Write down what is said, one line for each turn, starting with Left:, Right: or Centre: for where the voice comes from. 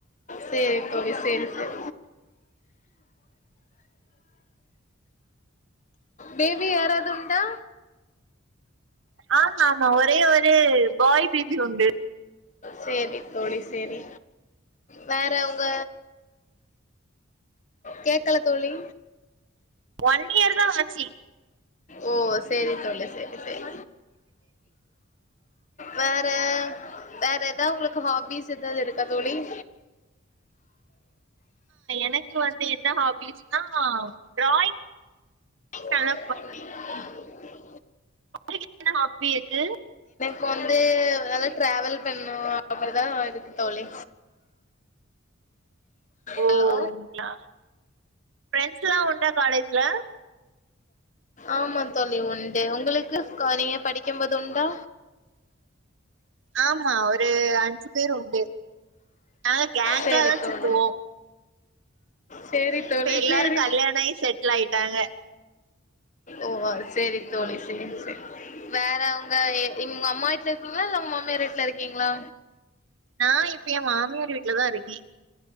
Left: சேரி பவி சேரி சேரி பேபி யாராதுண்டா
Right: ஆமா ஆமா ஒரே ஒரு பாய் பேபி உண்டு
Left: செரி தோழி செரி வேற உங்க கேக்கல தோழி
Right: ஒன் இயர் தா ஆச்சு
Left: ஓ சேரி தோழி சேரி சேரி வேற வேற ஏதாவது உங்களுக்கு ஹாபிஸ் ஏதாவது இருக்கா தோழி <inaudible>
Right: ஆ எனக்கு வந்து என்ன ஹாபிஸ்னா டிராயிங்
Left: <inaudible>
Right: நல்லா உங்களுக்கு என்ன ஹாப்பி இருக்கு
Left: இப்ப வந்து நல்லா டிராவல் பண்ணு அப்டிதா இருக்கு தோழி
Right: ஓ
Left: ஹலோ
Right: ங்களா பிரெண்ட்ஸ்ல உண்டா காலேஜ்ல
Left: ஆமா தோழி உண்டு உங்களுக்கு நீங்க படிக்கும்போது உண்டா
Right: ஆமா ஒரு அஞ்சு பேரு உண்டு நாங்க கேங்கா
Left: சரி
Right: தா
Left: தோழி
Right: சுத்துவோ
Left: சரி தோழி
Right: இப்ப எல்லாரும்
Left: சரி
Right: கல்யாண ஆயி செட்ல் ஆயிட்டாங்க
Left: ஓ சரி தோழி சரி சரி வேற உங்க உங்க அம்மா வீட்ல இருக்கீங்களா இல்ல உங்க மாமியார் வீட்ல இருக்கீங்களா
Right: நான் இப்ப என் மாமியார் வீட்லதா இருக்கே